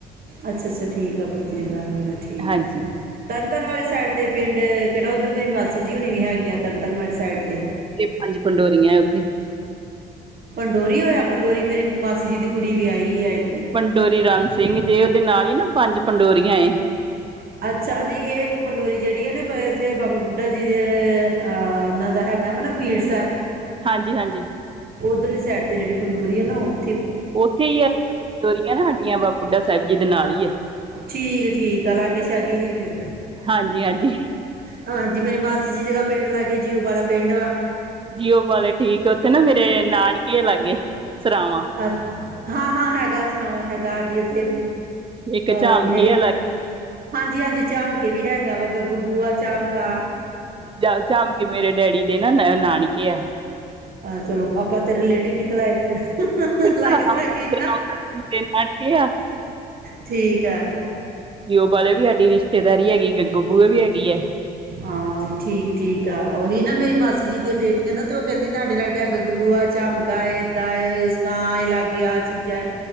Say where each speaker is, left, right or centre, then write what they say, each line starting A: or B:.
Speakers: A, on the right; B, on the right.
A: ਅੱਛਾ, ਅੱਛਾ ਠੀਕ ਆ ਪੁਤਲੀ ਘਰ ਹੋਇਆ ਠੀਕ
B: ਹਾਂਜੀ
A: ਆ ਤਰਨ ਤਾਰਨ ਵਾਲੀ ਸਾਈਡ ਅਤੇ ਪਿੰਡ ਕਿਹੜਾ ਉੱਧਰ ਮੇਰੀ ਮਾਸੀ ਜੀ ਹੁਣੀ ਵੀ ਹੈਗੇ ਆ ਤਰਨ ਤਾਰਨ ਵਾਲੀ ਸਾਈਡ 'ਤੇ
B: ਪੰਜ ਪੰਡੋਰੀਆਂ ਉੱਥੇ
A: ਪੰਡੋਰੀ ਹੋਇਆ ਪੰਡੋਰੀ ਮੇਰੀ ਮਾਸੀ ਜੀ ਦੀ ਕੁੜੀ ਵਿਆਹੀ ਹੈ।
B: ਪੰਡੋਰੀ ਰਾਮ ਸਿੰਘ ਜੇ ਉਹਦੇ ਨਾਲ ਹੀ ਨਾ ਪੰਜ ਪੰਡੋਰੀਆਂ ਏ
A: ਅੱਛਾ ਨਹੀਂ ਇਹ ਇੱਕ ਪੰਡੋਰੀ ਜਿਹੜੀ ਹੈ ਨਾ ਇੱਥੇ ਬਾਬਾ ਬੁੱਢਾ ਜੀ ਦੇ ਅਹ ਇਹਨਾਂ ਦਾ ਹੈਗਾ ਵਾ ਨਾ ਬੀੜ ਸਾਹਿਬ
B: ਹਾਂਜੀ, ਹਾਂਜੀ।
A: ਉੱਧਰਲੀ ਸਾਈਡ 'ਤੇ ਜਿਹੜੀ ਪੰਡੋਰੀ ਹੈ ਨਾ ਉਹ
B: ਉੱਥੇ ਹੀ ਹੈਰੀਆਂ ਨਾ ਸਾਡੀਆਂ ਬਾਬਾ ਬੁੱਢਾ ਸਾਹਿਬ ਜੀ ਦੇ ਨਾਲ ਹੀ ਹੈ।
A: ਠੀਕ, ਠੀਕ ਲਾਗੇ ਛਾਗੇ ਫਿਰ
B: ਹਾਂਜੀ-ਹਾਂਜੀ
A: ਹਾਂਜੀ ਮੇਰੀ ਮਾਸੀ ਜੀ ਦਾ ਪਿੰਡ ਲਾਗੇ ਜਿਊ ਵਾਲਾ ਪਿੰਡ ਵਾ
B: ਜੀਓ ਵਾਲੇ ਠੀਕ ਉੱਥੇ ਨਾ ਮੇਰੇ ਨਾਨਕੇ ਲਾਗੇ ਸਰਾਵਾਂ
A: ਹਾਜੀ ਹਾਂ ਹਾਂ ਹੈਗਾ ਵਾਂ ਹੈਗਾ ਅਡੀ ਉੱਥੇ ਅਹ
B: ਇੱਕ ਝਾਮਕੀ
A: ਮੇਰੀ
B: ਆ
A: ਹਾਂਜੀ, ਹਾਂਜੀ ਚਮਕਾ ਵੀ ਹੈਗਾ ਵਾ ਗੱਗੂ ਗੂਆ ਚਾਮਕਾ
B: ਜਾ ਜਮ ਕੇ ਮੇਰੇ ਡੈਡੀ ਦੇ ਨਾ ਨਾਨਕੇ ਆ
A: ਆਹ ਚਲੋ ਪਾਪਾਂ ਤੇ ਰਿਲੇਟਿਵ ਨਿਕਲ ਆਏ ਫਿਰ
B: ਮੇਰੇ
A: ਲਾਗੇ ਸਾਗੇ
B: ਨਾਨਕੇ
A: ਠੀਕ ਆ
B: ਨਓ ਵਾਲੇ ਵੀ ਸਾਡੀ ਰਿਸ਼ਤੇਦਾਰੀ ਹੈਗੀ ਗਬੂ ਵੀ ਹੈਗੀ ਹੈ।
A: ਆ ਠੀਕ, ਠੀਕ ਆ ਉਹੀ ਨਾ ਮੇਰੀ ਮਾਸੀ ਜੀ ਦੀਆਂ ਬੇਟੀਆਂ ਨਾ ਤੇ ਉਹ ਕਹਿੰਦੀ ਸਾਡੇ ਨਾਲ ਕ ਗਗੂਆ ਚ ਏਦਾਂ, ਏਦਾ ਇਸਦਾ ਆ ਲਾਗੇ ਆਹ ਚੀਜ਼ਾਂ